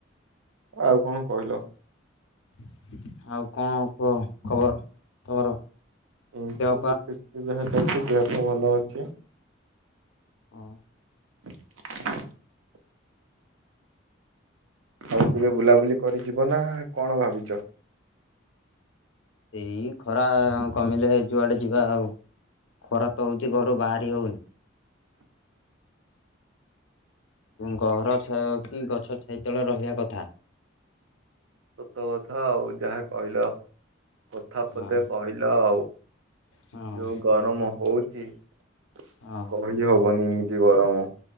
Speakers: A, on the right; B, on the left.
A: ଆଉ କଣ କହିଲ
B: <inaudible> ଆଉ କଣ କୁହ ଖବର ତମର?
A: ଏମିତି
B: ଦେହ
A: ଦୁଃଖ ସୁ ବାହାର ସେମିତି ଦେହ ଭଲ ଅଛି।
B: ହ।
A: <inaudible> ଆଉ କେବେ ବୁଲାବୁଲି କରିଯିବ ନା କଣ ଭାବିଛ।
B: ଏଇ ଖରା କମିଲେ ଯୁଆଡେ ଯିବା ଆଉ ଖରା ତ ହଉଛି ଘରୁ ବାହାରି ହଉନି। ଘରଛ କି ଗଛ ଛାଇ ତେଳେ ରହିବା କଥା
A: ସତ କଥା ଆଉ ଯାହା କହିଲ କଥା
B: ହଁ
A: ପଦେ କହିଲ ଆଉ,
B: ହଁ
A: ଯୋଉ ଗରମ ହୋଉ <inaudible>
B: ହଁ।
A: କହିିଲ ହବନି ଏ ଦ ଗରମ